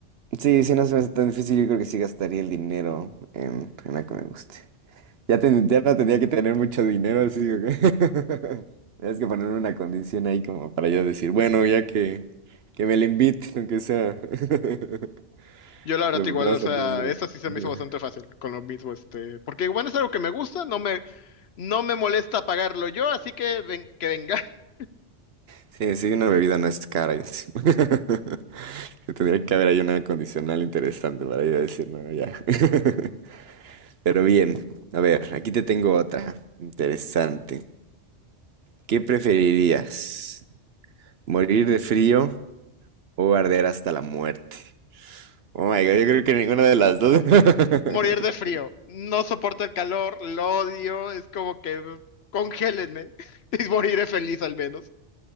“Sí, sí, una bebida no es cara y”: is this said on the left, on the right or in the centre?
Right